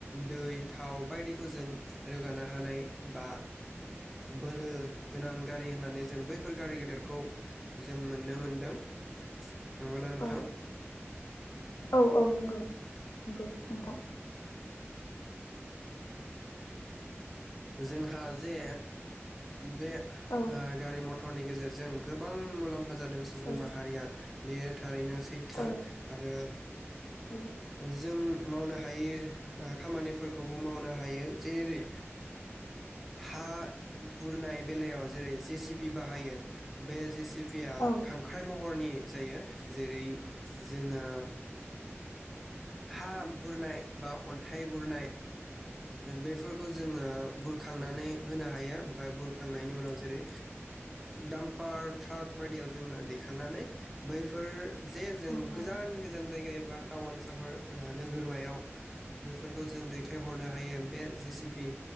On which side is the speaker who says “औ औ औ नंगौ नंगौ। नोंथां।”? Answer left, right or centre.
Left